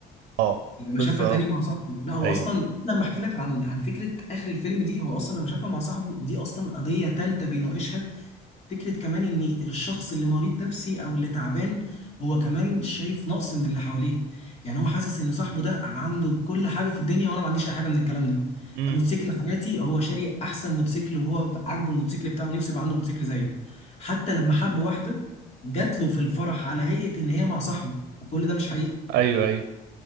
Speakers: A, on the right (about 85°); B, on the left (about 40°).
A: اه
B: لما
A: بالظبط
B: شافها تاني مع صاحبه لا هو
A: ايوه
B: اصلا لما احكي لك عن عن فكره اخر الفيلم دي هو اصلا لما شافها مع صاحبه دي اصلا قضيه تالته بيناقشها فكره كمان ان الشخص اللي مريض نفسي او اللي تعبان هو كمان شايف نقص من اللي حواليه يعني هو حاسس ان صاحبه ده عنده كل حاجه في الدنيا وانا ما عنديش اي حاجه من الكلام ده
A: امم
B: موتوسيكل حياتي هو شاري احسن موتوسيكل وهو عاجبه الموتوسيكل بتاعه نفسه يبقى عنده موتوسيكل زيه حتى لما حب واحده جات له في الفرح على هيئه ان هي مع صاحبه وكل ده مش حقيقي
A: ايوه ايوه